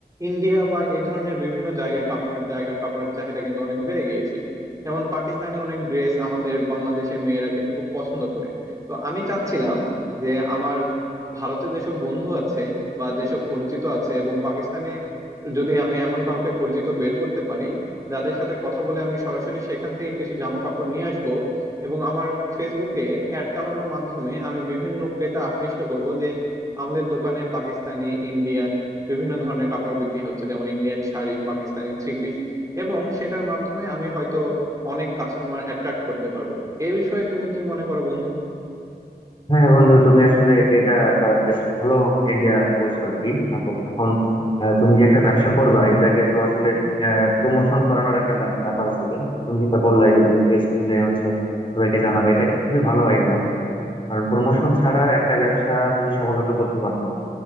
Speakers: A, on the right; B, on the left.
A: ইন্ডিয়া বা এই ধরনের বিভিন্ন জায়গায় কাপড়ের জায়গার কাপড়ের চাহিদা কিন্তু অনেক বেড়ে গিয়েছে যেমন পাকিস্তানি অনেক ড্রেস আমাদের বাংলাদেশের মেয়েরা কিন্তু খুব পছন্দ করে তো আমি চাচ্ছিলাম যে আমার ভারতে যেসব বন্ধু আছে বা যেসব পরিচিত আছে এবং পাকিস্তানে যদি আমি এমন কাউকে পরিচিত বের করতে পারি যাদের সাথে কথা বলে আমি সরাসরি সেখান থেকে কিছু জামা কাপড় নিয়ে আসব এবং আমার ফেসবুকে অ্যাড চালানোর মাধ্যমে আমি বিভিন্ন ক্রেতা আকৃষ্ট করব যে আমাদের দোকানে পাকিস্তানি ইন্ডিয়ান বিভিন্ন ধরনের কাপড় বিক্রি হচ্ছে যেমন Indian sari Pakistani three piece এবং সেটার মাধ্যমে আমি হয়তো অনেক কাস্টমার অ্যাট্রাক্ট করতে পারবো এই বিষয়ে তুমি কি মনে করো বন্ধু
B: হ্যাঁ বন্ধু তুমি আসলে এটা একটা বেশ ভালো আইডিয়া বলছো আর কি দেখো এখন আহ, তুমি যে একটা ব্যবসা করবা এটাকে তো আসলে প্রমোশন করানোর একটা ব্যা- ব্যাপার আছে তাই না তুমি যেটা বললাই যে তুমি পেজ খুলে হচ্ছে সবাইকে জানাবে এটা একটা খুবই ভালো আইডিয়া হবে কারণ প্রমোশন ছাড়া একটা ব্যবসা তুমি সফলভাবে করতে পারবে না